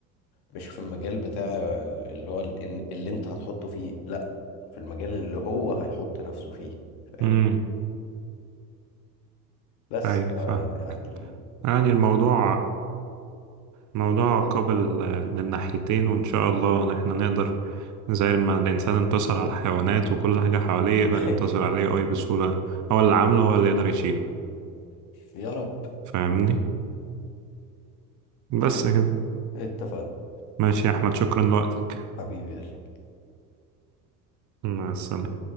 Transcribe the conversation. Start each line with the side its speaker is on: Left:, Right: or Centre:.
Left: مش في المجال بتاع اللي هو ال- إن- اللي انت هتحطه فيه لا في المجال اللي هو هيحط نفسه فيه فاهم
Right: مم.
Left: بس
Right: أيوة
Left: ف-
Right: فاهم
Left: يعني
Right: يعني الموضوع موضوع
Left: بالظبط
Right: قابل آه، من ناحيتين وإن شاء الله إن إحنا نقدر زي ما الإنسان انتصر على الحيوانات وكل حاجة حواليه يقدر
Left: <laughs>
Right: ينتصر عليه أي بسهولة هو اللي عامله هو اللي يقدر يشيله
Left: يا رب
Right: فاهمني بس كده
Left: اتفق
Right: ماشي يا أحمد شكرا لوقتك
Left: حبيبي يا جيم
Right: مع السلامة